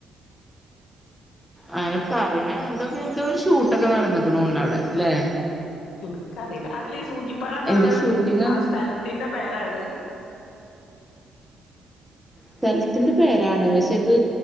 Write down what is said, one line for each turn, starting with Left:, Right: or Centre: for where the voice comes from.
Centre: അങ്ങനെ പറയണ എന്തൊക്കെ എന്തോ ഒരു ഷൂട്ടൊക്കെ നടന്ന്ക്കുണോണ് അവിടെ അല്ലെ
Left: ഇൻക്ക് അറിയില്ല അതില് ഈ സൂചിപ്പാറാന്ന്
Centre: എന്തോ ഷൂട്ടിങ്
Left: ആഹ് സ്ഥലത്തിന്റെ പേരാണ്
Centre: സ്ഥലത്തിന്റെ പേരാണ് പക്ഷെ ഇത്